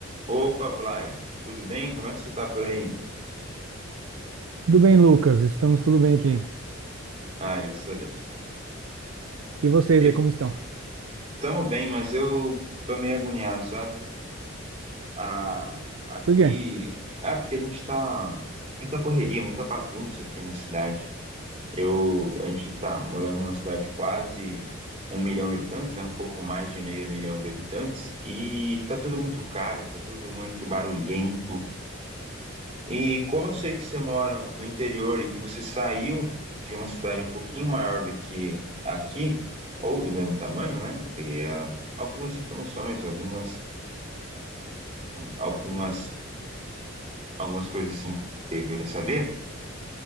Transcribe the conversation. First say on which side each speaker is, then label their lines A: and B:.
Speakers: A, on the right; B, on the right.
A: Opa, Vlad, tudo bem? Como é que você tá por aí?
B: Tudo bem, Lucas? Estamos tudo bem aqui.
A: Ah, graças a Deus.
B: E vocês
A: E-
B: aí, como estão?
A: Tamo bem, mas eu tô meio agoniado, sabe? Ah, aqui.
B: Por quê?
A: É porque a gente tá. Muita correria, muita bagunça aqui na cidade. Eu, a gente tá morando numa cidade de quase um milhão de habitantes, né? Um pouco mais de meio milhão de habitantes. E tá tudo muito caro, tá tudo muito barulhento. E como eu sei que você mora no interior e que você saiu de uma cidade um pouquinho maior do que aqui, ou do mesmo tamanho, né? Eu queria algumas informações, algumas, algumas, algumas coisas assim que eu queria saber